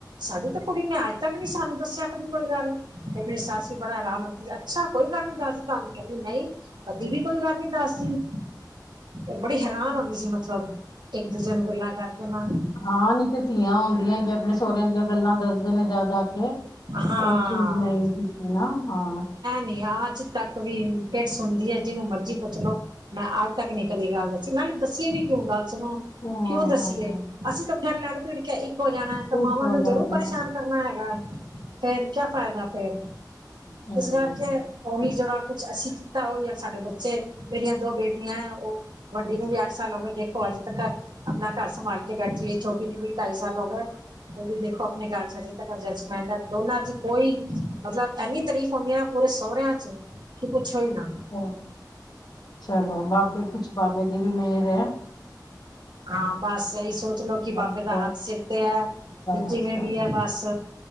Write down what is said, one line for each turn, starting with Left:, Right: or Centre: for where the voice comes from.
Right: ਸਾਡੀ ਤਾਂ ਕੁੜੀ ਨੇ ਅੱਜ ਤੱਕ ਨੀ ਸਾਨੂੰ ਦੱਸਿਆ, ਕਦੀ ਕੋਈ ਗੱਲ। 'ਤੇ ਮੇਰੀ ਸੱਸ ਈ ਬੜਾ ਹੈਰਾਨ ਹੁੰਦੀ ਸੀ। ਅੱਛਾ, ਕੋਈ ਗੱਲ ਨੀ ਦੱਸਦੀ ਤੁਹਾਨੂੰ? ਕਹਿੰਦੀ, ਨਈ। ਕਦੀ ਵੀ ਕੋਈ ਗੱਲ ਨੀ ਦੱਸਦੀ। ਔਹ ਬੜੀ ਹੈਰਾਨ ਹੁੰਦੀ ਸੀ ਮਤਲਬ, ਇੱਕ -ਦੂਜੇ ਨੂੰ ਗੱਲਾਂ ਕਰਕੇ ਨਾ
Left: ਹਾਂ, ਨਈ ਤੇ ਧੀਆਂ ਹੁੰਦੀਆਂ ਕਿ ਆਪਣੇ ਸਹੁਰਿਆਂ ਦੀਆਂ ਗੱਲਾਂ ਦੱਸਦੇ ਨੇ ਜਾ ਕੇ। ਜਾ ਕੇ,
Right: ਹਾਂ
Left: ਉਹ ਚੀਜ਼ ਨਈਂ ਕੀਤੀ ਨਾ? ਹਾਂ।
Right: ਤੇ ਹਾਂ ਅੱਜ-ਤੱਕ ਵੀ ਪਿੱਠ ਸੁਣਦੀ ਏ, ਜਿਨੂੰ ਮਰਜ਼ੀ ਪੁੱਛ ਲੋੋ। ਮੈਂ ਅੱਜ-ਤੱਕ ਨੀ ਕਦੀ ਗੱਲ ਦੱਸੀ। ਨਾਲੇ ਦੱਸੀਏ ਵੀ ਕਿਉਂ? ਗੱਲ ਸੁਣੋ।
Left: ਹਾਂ
Right: ਕਿਉਂ ਦੱਸੀਏ?
Left: ਹਾਂ
Right: ਅਸੀਂ ਤਾਂ ਫਿਰ ਲੜ- ਭਿੜ ਕੇ ਇੱਕ ਹੋ ਜਾਣੈ, ਤਾਂ
Left: ਠੀਕ
Right: ਮਾਵਾਂ
Left: ਹੋ
Right: ਨੂੰ
Left: ਜਾਣਾ
Right: ਜ਼ਰੂਰ ਪਰੇਸ਼ਾਨ ਕਰ ਨਾ ਹੈਗਾ, ਫਿਰ ਕਿਆ ਫ਼ਾਇਦਾ ਫਿਰ।
Left: ਹਮ
Right: ਇਸ ਕਰਕੇ ਔਹੀ ਜਿਹੜਾ ਕੁਛ ਅਸੀਂ ਕੀਤਾ, ਔਹ ਵੀ ਸਾਡੇ ਬੱਚੇ। ਮੇਰੀਆਂ ਦੋ ਬੇਟੀਆਂ ਐ, ਓ ਵੱਡੀ ਨੂੰ ਵੀ ਅੱਠ ਸਾਲ ਹੋ ਗਏ। ਦੇਖੋ, ਅੱਜ ਤੱਕਰ ਆਪਣਾ ਘਰ ਸੰਭਾਲ ਕੇ ਬੈਠੀ ਏ। ਛੋਟੀ ਨੂੰ ਵੀ ਢਾਈ ਸਾਲ ਹੋ ਗਏ। ਉਹ ਵੀ ਦੇਖੋ, ਆਪਣੇ ਘਰ 'ਚ ਹ ਅਡਜਸਟਮੈਂਟ ਐ ਦੋਨਾਂ 'ਚ ਕੋਈ, ਮਤਲਬ ਐਨੀ ਤਾਰੀਫ਼ ਹੁੰਦੀ ਏ ਐ ਨਾ ਪੂਰੇ ਸੋਹਰੇਆਂ 'ਚ ਕਿ, ਪੁੱਛੋ ਈ ਨਾ।
Left: ਹਾਂ, ਚਲੋ ਬਾਬੇ, ਕੁਛ ਬਾਬੇ ਦੀ ਵੀ ਮੇਹਰ ਏ।
Right: ਹਾਂ, ਬਸ ਏਈ ਸੋਚ ਲੳ, ਕਿ
Left: ਬਸ
Right: ਬਾਬੇ ਦਾ ਹੱਥ ਸਿਰ 'ਤੇ ਐ।
Left: ਬਸ
Right: 'ਤੇ ਜਿਵੇਂ ਵੀ ਐ, ਬਸ।